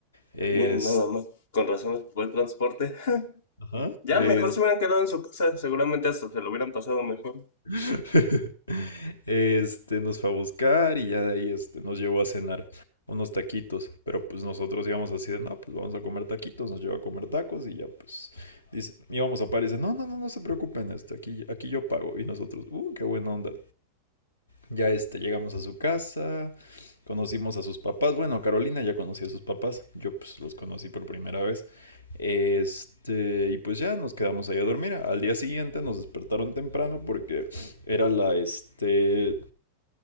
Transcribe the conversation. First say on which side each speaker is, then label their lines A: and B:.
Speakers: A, on the left; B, on the left.
A: Es...
B: Miren, nada más. Con razón, buen transporte.
A: Ajá.
B: Ya
A: Es...
B: mejor se hubieran quedado en su casa, seguramente hasta se lo hubieran pasado mejor.
A: <laughs> Este, nos fue a buscar y ya de ahí este, nos llevó a cenar unos taquitos. Pero pues nosotros íbamos así de, no, pues vamos a comer taquitos, nos llevó a comer tacos y ya pues dice, íbamos a par y dice, no, no, no, no se preocupen, este, aquí, aquí yo pago. Y nosotros, uh, qué buena onda. Ya este, llegamos a su casa, conocimos a sus papás. Bueno, Carolina ya conocía a sus papás, yo pues los conocí por primera vez. Este, y pues ya nos quedamos ahí a dormir. Al día siguiente nos despertaron temprano porque era la, este,